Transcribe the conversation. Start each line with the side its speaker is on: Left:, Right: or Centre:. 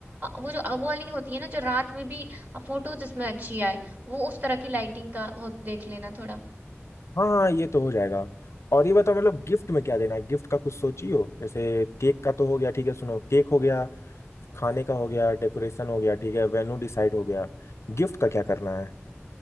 Right: वो जो वो वाली होती है ना जो रात में भी फोटोज इसमें अच्छी आए वो उस तरह की लाइटिंग का हो देख लेना थोड़ा
Left: हाँ हाँ ये तो हो जाएगा और ये बताओ मतलब गिफ्ट में क्या देना है गिफ्ट का कुछ सोची हो जैसे केक का तो हो गया ठीक है सुनो केक हो गया खाने का हो गया डेकोरेशन हो गया ठीक है वेन्यू डिसाइड हो गया गिफ्ट का क्या करना है